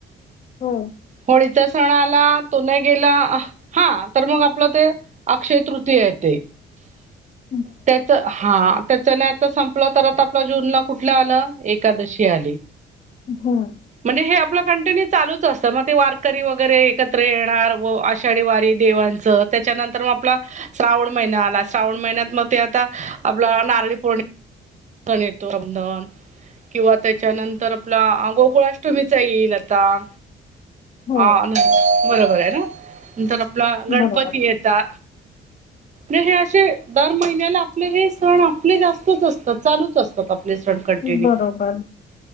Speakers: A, on the left (about 40°); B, on the right (about 35°).
A: हो
B: होळीचा सण आला तो न गेला हा तर मग आपलं ते अक्षय तृतीय येते
A: <inaudible>
B: त्याचं हा त्याचं नाही आता संपलं तर आता आपला जूनला कुठलं आलं? एकादशी आली.
A: हं
B: म्हणजे हे आपलं कंटिन्यू चालूच असतं मग ते वारकरी वगैरे एकत्र येणार व आषाढी वारी देवां च त्याच्यानंतर मग आपला श्रावण महिना आला श्रावण महिन्यात मग ते आता आपला नारळी पौर्णिमा ण येतो अधन किंवा त्याच्यानंतर आपला गोकुळाष्टमीचा येईल आता.
A: हो
B: हा नं बरोबर आहे ना? नंतर आपला गणपती
A: बरोबर
B: येत ता हे असे दर महिन्याला आपले हे सण आपले जास्तच अस चालूच असतात आपले सण कंटिन्यू
A: बरोबर